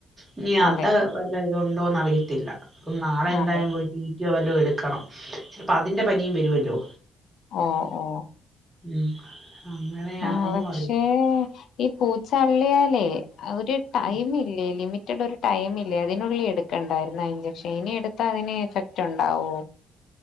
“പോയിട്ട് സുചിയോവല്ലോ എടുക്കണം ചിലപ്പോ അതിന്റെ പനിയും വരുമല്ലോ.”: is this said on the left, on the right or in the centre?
Right